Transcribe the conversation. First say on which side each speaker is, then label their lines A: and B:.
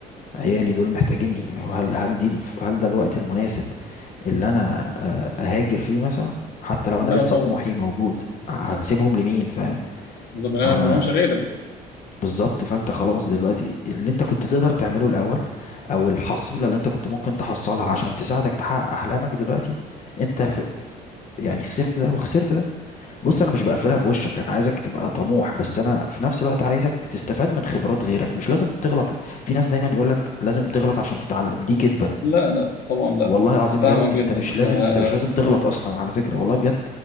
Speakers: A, on the left; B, on the left.
A: عيالي دول محتاجيني هل هل دي الف- هل ده الوقت المناسب اللي انا آه، اهاجر فيه مثلا حتى لو
B: لا
A: انا لسه
B: طبعا
A: طموحي موجود هسيبهم لمين فاهم
B: بالظبط ما
A: ما انا
B: لهمش غيرك
A: بالظبط فانت خلاص دلوقتي اللي انت كنت تقدر تعمله الاول او الحصيلة اللي انت كنت ممكن تحصلها عشان تساعدك تحقق احلامك دلوقتي انت يعني خسرت ده وخسرت ده بص انا مش بقفلها في وشك انا عايزك تبقى طموح بس انا في نفس الوقت عايزك تستفاد من خبرات غيرك مش لازم تغلط في ناس دايما يقول لك لازم تغلط عشان تتعلم دي كدبة
B: لا لا طبعا لا
A: والله العظيم
B: فاهمك
A: بجد
B: جدا
A: انت مش
B: ما
A: لازم انت مش لازم تغلط اصلا على فكرة والله بجد